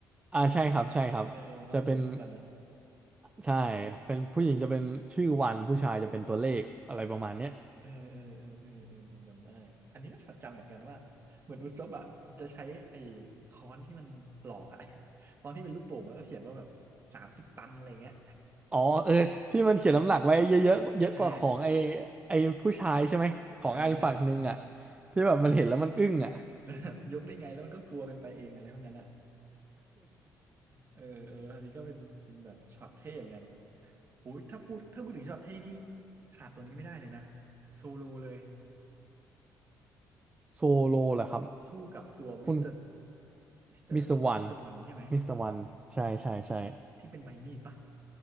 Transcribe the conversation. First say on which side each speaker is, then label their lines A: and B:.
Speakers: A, on the right (about 20°); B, on the right (about 35°).
A: อ่าใช่ครับใช่ครับจะเป็น
B: เออเออมันมักจะอยู่คู่กันนะ
A: ใช่เป็นผู้หญิงจะเป็นชื่อวันผู้ชายจะเป็นตัวเลขอะไรประมาณเนี้ย
B: เออเออเออเออเออผมจำได้อันนี้ก็จดจำเหมือนกันว่าเหมือนอุซบอะจะใช้ไอ้ค้อนที่มันปลอกอะ <laughs> ค้อนที่เป็นลูกโป่งแล้วก็เขียนว่าแบบสามสิบตันอะไรเงี้ย
A: อ๋อเออที่มันเขียนลำหลักไว้เยอะเยอะเยอะกว่าของไอ
B: ใช่
A: ไอผู้ชายใช่ไหมของไอฝั่งหนึ่งอ่ะ
B: ใช่ใช่
A: ที่แบบมันเห็นแล้วมันอึ้งอ่ะ
B: แล้วแบบยกได้ไงแล้วมันก็กลัวกันไปเองอะไรพวกนั้นอะ เออเอออันนี้ก็เป็นเป็นแบบช็อตเท่เหมือนกันโหยถ้าพูดถ้าพูดถึงช็อตเท่นี่ขาดตัวนี้ไม่ได้เลยนะโซโลเลย
A: <laughs> โซโลเหรอครับ
B: สู้กับตัวมิสเตอร์
A: คุณ
B: มิสเตอร์อะไรมิสเตอร์วันใช่ไหม
A: มิสเตอร์วันมิสเตอร์วันใช่ใช่ใช่
B: ที่เป็นใบมีดปะ